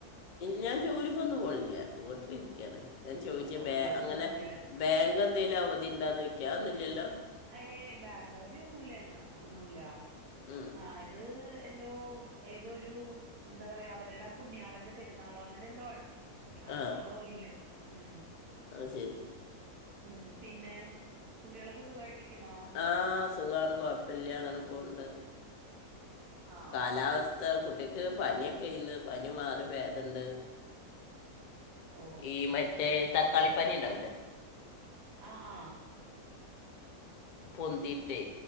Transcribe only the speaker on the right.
ഓയ്
ഒന്നും
പോന്നില്ല
ഏ ബാങ്ക് വതി ഒന്നുമല്ലന്ന് ഒന്നുല്ല
ആഹ് അത് എന്തോ ഏതോരു എന്താ പറയാ അവരുടെ പുണ്യാളന്റെ പെരുന്നാളോ അങ്ങനെ എന്തോ വാണ് അപ്പൊ
ഇല്ല ഉം
ഉം പിന്നെ കുട്ടികളൊക്കെ സുഖമായിട്ടിരിക്കുന്നാ
ആഹ്
ഓ
ആ ആഹ്